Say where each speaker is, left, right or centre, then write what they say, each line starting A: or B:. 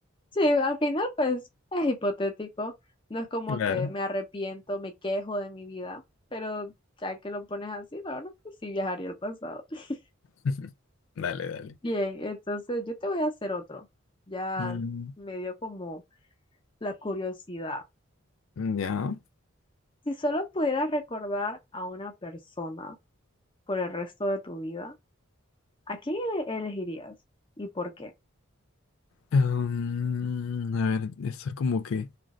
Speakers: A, on the left; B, on the left.
A: Sí, al final, pues es hipotético. No es como
B: claro.
A: que me arrepiento, me quejo de mi vida, pero ya que lo pones así, la verdad que sí viajaría al pasado. <laughs>
B: <laughs> Dale, dale.
A: Bien, entonces yo te voy a hacer otro. Ya
B: Mm,
A: me dio como la curiosidad.
B: ya.
A: Si solo pudieras recordar a una persona, por el resto de tu vida, ¿a quién ele- elegirías y por qué?
B: Um, a ver, esto es como que